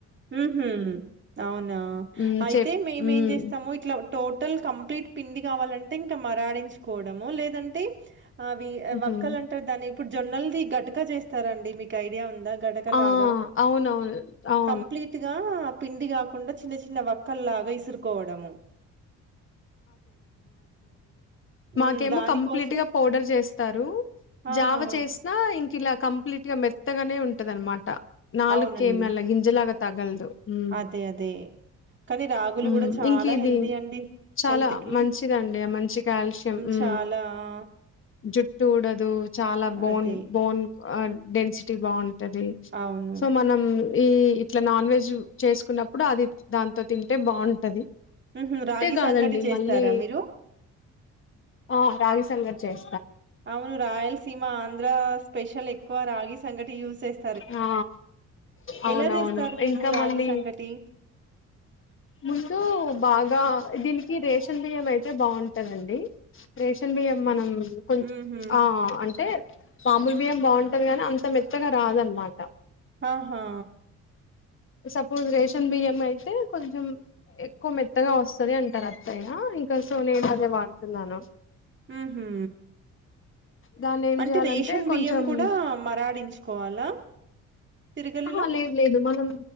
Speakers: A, on the right (about 40°); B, on the left (about 45°).
A: ఉహు అవునా
B: హ్మ్.
A: అయితే
B: చెప్
A: మేమేం
B: హ్మ్.
A: చేస్తాము ఇట్లా. టోటల్ కంప్లీట్ పిండి కావాలంటే ఇంకా మరాడించుకోవడము లేదంటే. అవి
B: హుహు.
A: వక్కలు అంటారు. దాని ఇప్పుడు జొన్నల్ది గట్క చేస్తారండి. మీకు ఐడియా ఉందా. గటకలాగా.
B: ఆహ్ అవునవును ఆహ్.
A: కంప్లీట్ గా. పిండి కాకుండా చిన్న చిన్న వక్కల్లాగా ఇసురుకోవడము. హ్మ్.
B: మాకేమో
A: దానికోసం
B: కంప్లీట్ గా పౌడర్ చేస్తారు.
A: ఆహా!
B: జావ చేసిన ఇంక ఇలా కంప్లీట్ గా మెత్తగానే ఉంటది అన్నమాట. నాలుకేమల్ల
A: అవునండి.
B: గింజలాగా. తగలదు. హ్మ్.
A: అదే అదే కానీ రాగులు
B: హ్మ్.
A: కూడా చాలా
B: ఇంక ఇది
A: హెల్దీ అండి.
B: చాలా
A: హెల్త్‌కి
B: మంచిదండి మంచి కాల్షియం ఉమ్
A: చాలా ఆ!
B: జుట్టు ఉడదు చాలా బోన్
A: అదే.
B: బోన్. ఆహ్ డెన్సిటీ బావుం. తది
A: అవును.
B: సో మనం. ఈ ఇట్లా నాన్ వెజ్ చేసుకున్నప్పుడు అది దాంతో తింటే బాగుంటది.
A: ఉహు రాగి.
B: కాదండి
A: సంగటి చేస్తారా
B: మళ్ళి
A: మీరు?
B: ఆహ్ రాగిసంగట్. <unintelligible> చేయ్.
A: అవును రాయలసీమ. ఆంధ్ర స్పెషల్ ఎక్కువ రాగి సంగటి యూజ్ చేస్త.
B: ఆ అవునవును
A: ఎలా చేస్తారు మీరు
B: ఇంకా
A: రాగి
B: మళ్ళీ
A: సంగటి.
B: ముందు బాగా దీనికి రేషన్ బియ్యం అయితే బాగుంటదండి. రేషన్ బియ్యం మనం కొంచం
A: హుహు.
B: ఆహ్ అంటే. మాముూలు బియ్యం బాగుంటది గానీ అంత మెత్తగా రాదనమాట.
A: ఆహా.
B: సపోజ్ రేషన్ బియ్యం అయితే కొంచెం ఎక్కువ మెత్తగా వస్తది అంటారు అత్తయ్య. ఇంకా సో నేను అదే వాడుత. తున్నాను.
A: ఉమ్ హు
B: దాన్ని ఏం
A: అంటే
B: చేయాలంటే
A: రేషన్ బియ్యం
B: కొంచెం
A: కూడా మరాడించుకోవాలా తిరగలిలో?
B: ఆ లేదు లేదు మనం